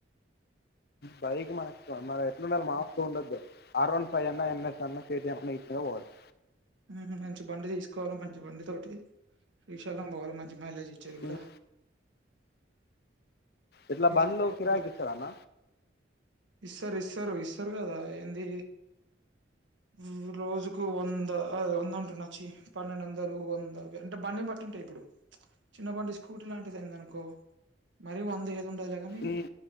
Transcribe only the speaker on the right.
ఉమ్ మంచి బండి తీసుకోవాలి మంచి బండి తోటి శ్రీశాలం బోవాలి మంచ్ మంచి మైలేజ్ ఇచ్చేది గూడా
తీసుకునే
పోవాలె.
ఇస్తారు ఇస్తారు ఇస్తారు, కదా ఏంది ఉమ్ రోజుకు వంద. ఒ వంద అంటున చి పన్నెండు ఒందలు, ఒంద అంటే బండిని బట్టి ఉంటాయి ఇప్పుడు. చిన్న బండి స్కూటీ లాంటిది అయింది అనుకో మరి వంద ఏయ్ ఉండదులే గాని